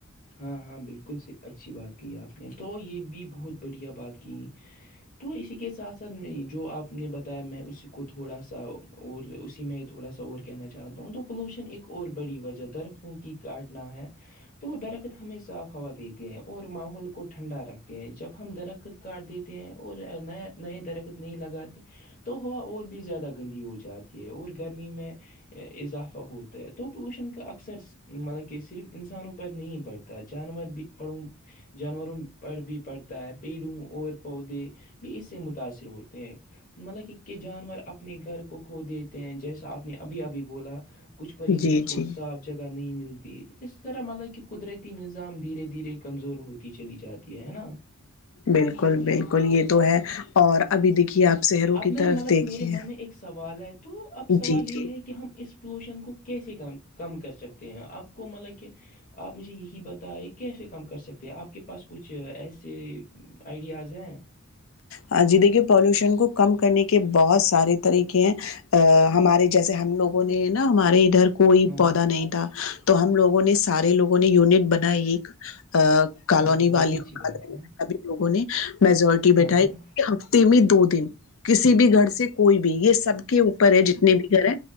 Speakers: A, on the left; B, on the left.
A: ہاں ہاں بالکل سے اچھی بات کی آپ نے تو یہ بھی بہت بڑھیا بات کی تو اسی کے ساتھ ساتھ میں جو آپ نے بتایا میں اسی کو تھوڑا سا اور اسی میں تھوڑا سا اور کہنا چاہتا ہوں تو پولوشن ایک اور بڑی وجہ درختوں کی کاٹنا ہے تو ادھر ہمیں صاف ہوا دیتے ہیں اور ماحول کو ٹھنڈا رکھتے ہیں جب ہم درخت کاٹ دیتے ہیں اور نیا نئے درخت نہیں لگاتے تو ہوا اور بھی زیادہ گندی ہو جاتی ہے اور گرمی میں اضافہ ہوتا ہے تو پولوشن کا اکثر مطلب کہ صرف انسانوں پر نہیں پڑتا تا ہے جانور بھی پڑھوں جانوروں پڑھ بھی پڑھتا ہے پیڑوں اور پودے بھی اس سے متاثر ہوتے ہیں مطلب کہ کہ جانور اپنے گھر کو کھو دیتے ہیں جیسا آپ نے ابھی ابھی بولا کچھ پرندے
B: جی
A: کوا
B: جی
A: جگہ نہیں ملتی اس طرح مطلب کہ قدرتی نظام دھیرے دھیرے کمزور ہوتی چلی جاتی ہے نا
B: بالکل بالکل یہ تو ہے اور ابھی دیکھیے آپ شہروں
A: اب
B: کی
A: میں
B: طرف
A: مطلب
B: دیکھیے
A: کہ میرے من میں ایک سوال ہے تو اب سوال
B: جی
A: یہ
B: جی
A: ہے کہ ہم اس پر پولوشن کو کیسے کم کم کر سکتے ہیں آپ کو مطلب کہ آپ مجھے یہ جی بتائیے کیسے کم کر سکتے ہیں آپ کے پاس کچھ ایسے آئیڈیاز ہیں
B: ہاں جی دیکھیے پالوشن کو کم کرنے کے بہت سارے طریقے ہیں ا ہمارے جیسے ہم لوگوں نے نا ہمارے ادھر کوئی
A: ہاں
B: پودا
A: ہاں
B: نہیں تھا تو ہم لوگوں نے سارے لوگوں نے یونٹ بن ایک کالونی
A: ہاں بہت
B: والی
A: ہی اچھی بات ہے
B: لوگوں نے میجورٹی
A: ہاں
B: بیٹھائی
A: ہاں
B: میں دو دن کسی بھی گھر سے کوئی بھی یہ سب کے اوپر ہے جتنے بھی گھر ہے